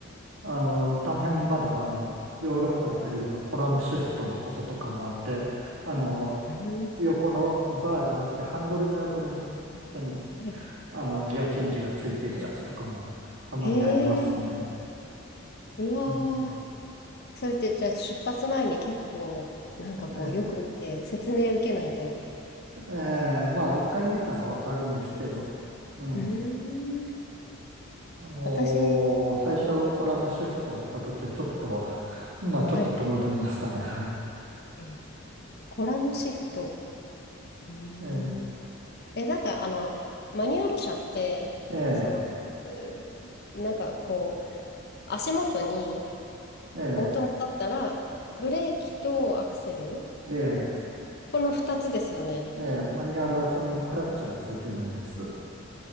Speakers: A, on the right; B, on the left.
A: あの、たまにまだ、あの、ヨーロッパで借りるとコラムシフトのこととかもあって、あの、
B: うん
A: 横のバーじゃなくてハンドルの横にチェンジ、
B: はい。
A: あの、ギアチェンジがついてるやつとかもたまにありますね。
B: へえ、うわー。
A: うん
B: それってじゃあ出発前に結構、なんかこう、
A: ね
B: よく見て説明受けないと。
A: ええ、まあ、一回見たらわかるんですけど、うん。
B: うーん。
A: あのー最初コラムシフトあった時はちょっと、
B: 私、
A: まあちょっと戸惑いましたね。
B: はい。えーコラムシフト。うーん
A: <laughs>
B: え、なんかあの、マニュアル車って、
A: ええ、ええ、
B: その、うなんかこう、足元に
A: え
B: オートマだったら、ブレーキとアクセル、
A: え、ええ
B: この2つですよね。
A: ええ、マニュアルはそれにクラッチがついてるんです。